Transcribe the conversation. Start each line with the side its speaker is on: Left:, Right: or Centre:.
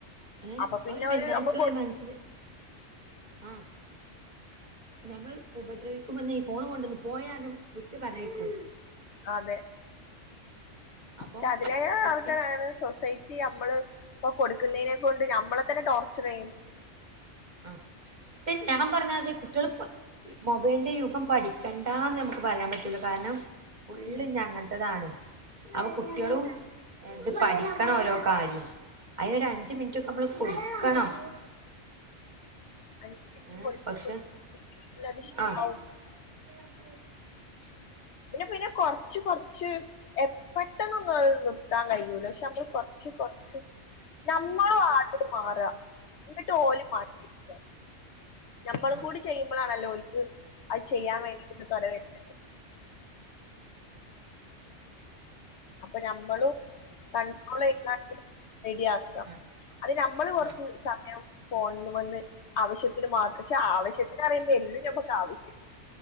Right: ഏ
Left: അപ്പൊ പിന്നെ
Right: ആ ഒരു മെന്റാൽറ്റി
Left: നമ്മ
Right: ഓല മനസ്സില് ആ ഞമ്മള് ഉപദ്രവിക്കുമ്മൊന്ന് ഈ ഫോണു കൊണ്ടൊന്ന് പോയാനും വിട്ട് പർഞ്ഞയ്ക്കും
Left: അതെ
Right: അപ്പം
Left: ക്ഷ അതിലേറെ
Right: കുട്ടി
Left: ആൾക്കാരാണ് സൊസൈറ്റി അമ്മള് ഇപ്പൊ കൊടുക്കുന്നതിനേ കൊണ്ട് ഞ്ഞം മ്മളെത്തന്നെ ടോർച്ചർ ചെയ്യും
Right: ആ പിന്നെ ഞാൻ പറഞ്ഞാതിരി കുട്ടികൾ പ മൊബൈലിന്റെ യുഗം പഠിക്കണ്ടാന്ന് നമ്മക്ക് പറയാൻ പറ്റുല കാരണം ഫള്ള്
Left: ഉം
Right: ഇഞ്ഞി അങ്ങൻത്തതാണ് അവ കുട്ട്യോളുണ്ട് എങ്ട്ട് പഠിക്കണം ഓരോ കാര്യം അയ്നൊരു അഞ്ചു മിൻറ്റൊക്കെ നമ്മൾ കൊടുക്കണം
Left: അഞ്ച് മിനിറ്റ്
Right: ഏ
Left: കൊടുത്ത്
Right: പക്ഷെ
Left: കൊടുത്ത് പിന്നീടത് ശീലാവും
Right: ആ <unintelligible>
Left: പിന്നെ പിന്നെ കൊറച്ച് കൊറച്ച് എ പെട്ടെന്നൊന്നും അഹ് നിർ ത്താൻ കഴിയൂല ക്ഷേ മ്മൾ കൊറച്ച് കൊറച്ച് നമ്മള് ആദ്യം മാറ ഇന്നിട്ട് ഓല് മാറ്റിട്ക്കാ ഞമ്മളും
Right: ആ
Left: കൂടി ചെയ്യുമ്പളാണല്ലോ ഓൽക്ക് അത് ചെയ്യാൻ വേണ്ടിട്ട് തുര വരുന്നേ അപ്പൊ നമ്മളും കൺണ്ട്രോൾ ചെയതാല് റെഡി ആക്കാം
Right: ആ
Left: അത് നമ്മള് കുറച്ച്
Right: ആ
Left: സമയം പോണമെന്നു ആവശ്യത്തിന് മാത്രംക്ഷേ ആവശ്യത്തിന് പറയുമ്പോഎല്ലും ഞമ്മക്ക് ആവശ്യ